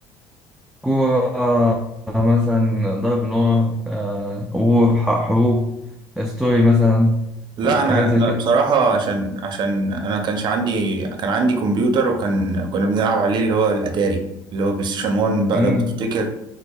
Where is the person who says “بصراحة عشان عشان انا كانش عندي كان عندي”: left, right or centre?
Right